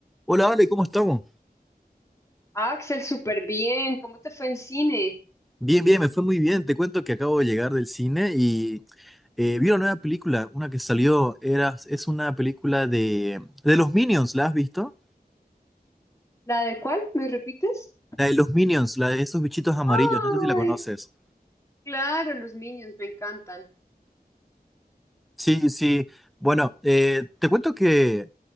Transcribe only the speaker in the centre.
Hola, Ale, ¿cómo estamos?
Bien, bien, me fue muy bien. Te cuento que acabo de llegar del cine y eh, vi una nueva película, una que salió, era, es una película de, de los Minions, ¿la has visto?
La de los Minions, la de esos bichitos amarillos,
no sé si la conoces.
Sí, sí. Bueno, eh, te cuento que